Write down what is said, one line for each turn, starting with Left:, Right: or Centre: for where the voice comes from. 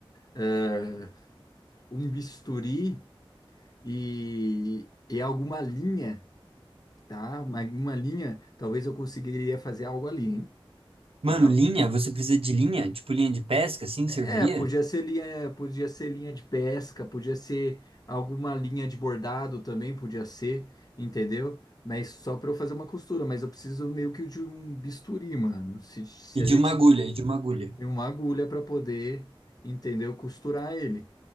Left: eh, um bisturi e, e alguma linha. tá? Uma, uma linha, talvez eu conseguiria fazer algo ali, hein?
Right: Mano,
Left: Tá?
Right: Mano, linha,
Left: Por-
Right: você precisa de linha? Tipo linha de pesca, assim,
Left: é,
Right: serviria?
Left: podia ser linha, podia ser linha de pesca, podia ser alguma linha de bordado também, podia ser, entendeu? Mas só para eu fazer uma costura, mas eu preciso meio que de um bisturi, mano. Se, se
Right: E
Left: a
Right: de
Left: gente
Right: uma agulha, e de uma agulha.
Left: tem uma agulha para poder, entendeu? Costurar ele,